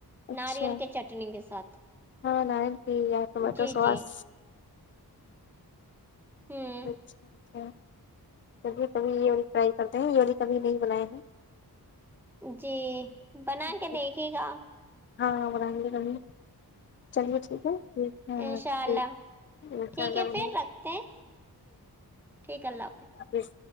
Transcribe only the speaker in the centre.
ناریل کے چٹنی کے ساتھ
جی
جی ہوں
جی بنا کے
دیکھے گا
انشاء اللہ
ٹھیک
ہے پھر
رکھتے ہیں ٹھیک اللہ حافظ